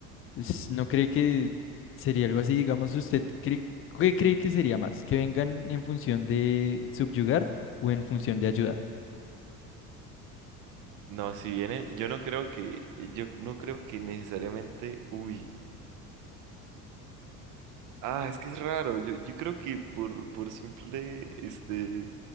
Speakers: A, on the left; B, on the right.
A: es- No cree que sería algo así, digamos, usted cree, ¿qué cree que sería más? ¿Que vengan en función de subyugar o en función de ayudar?
B: No, si vienen, yo no creo que, yo no creo que necesariamente, uy. Ah, es que es raro. Yo, yo creo que por, por simple este,